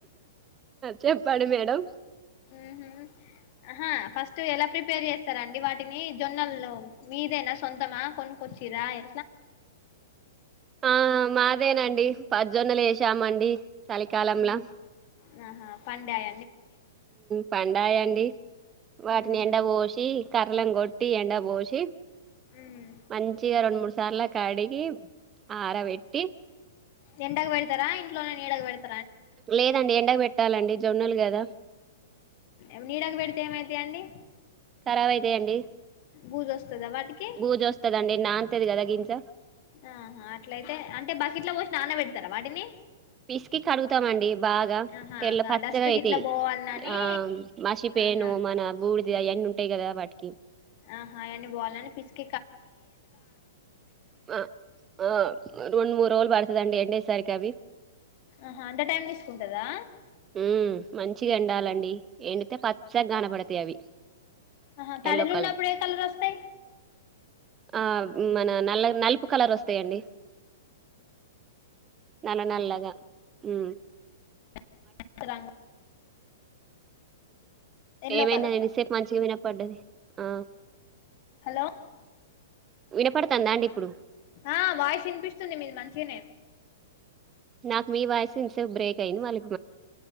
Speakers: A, on the right (about 25°); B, on the left (about 45°).
A: చెప్పడు మేడం
B: ఉహూ ఆహా ఫస్ట్ ఎలా ప్రిపేర్ చేస్తారం డి వాటిని జొన్నల్లో మీదే నా సొంతమా కొ కిరాయి
A: ఆ మ అదేనండి పజ్జొన్నలు ఏసామండి చలిికాలంలా
B: ఉమ్ ఆహా పండయ
A: పండాయా అండి వాటిని
B: ఊహూ.
A: ఎండ పోసి కరలం గట్టి ఎండ పోసి
B: ఉమ్
A: మంచిగా రెండు మూడు సర్లె కడిగి ఆరబెట్టి
B: ఎండ కు పెడతారా ఇంట్లోనే నీడకు బెట్టి
A: లేదండి ఎండక్ పెట్ ట్టాలండి జొన్నలు కదా
B: ఉ నీడకు పెడితే ఏమైతయండి
A: ఖరాబ్ అయితాయండి
B: బూజోస్ స్తదా వాటికి
A: బూజు వస్తదండి నాన్తది కదా గింజ
B: ఆహా అట్లయితే అంటే బకిట్ల పోసి నాన్న పెడుతరా వాటిని
A: పిసికి కడుగుతమండి బాగా
B: ఆహా
A: తెల్ల
B: ఇంగ
A: పచ్చగాయితాయ్
B: డస్ట్ గిట్లా పోవాలని
A: ఆ మసిపేను
B: ఆహా
A: మన బూడిది ఆయన్ని ఉంట్టాయి కదా వాటికి
B: ఆహా ఆయన్ని పోవాల్నాని పిస్క
A: ఆ ఆ రెండు మూడు రోజులు పడుతదండి ఎండేసరికి అవి
B: ఆహా అంత టైం తీసుకుంటదా
A: ఉమ్ మంచిగా ఎండాలండి ఎండితే పచ్చగా కనపడతాయి అవి
B: అహ తాడిలున్నప్పుడు
A: ఎల్లో కలర్
B: ఎ కలరోస్తాయ్
A: ఆ మన నల్ నలుపు కలర్ వస్తాయండి నల్ల నల్ల గా హు
B: కచ్చ తంగ్ ఎల్లో
A: ఏమైదన్
B: కలర్లా
A: ఇంత సేపు మంచిగా విన పడ్డది ఆ
B: హలో
A: వినపడుతందా అండి ఇప్పుడు
B: ఆ వాయిస్ వినిపిస్తుంది మీది మంచిగానే
A: నాకు మీ వాయిసు ఇంతసేపు బ్రేక్ అయింది మళ్లీప్